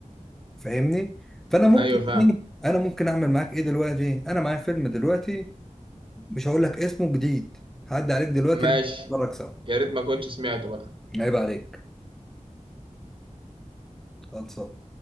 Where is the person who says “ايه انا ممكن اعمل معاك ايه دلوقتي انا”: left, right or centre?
Centre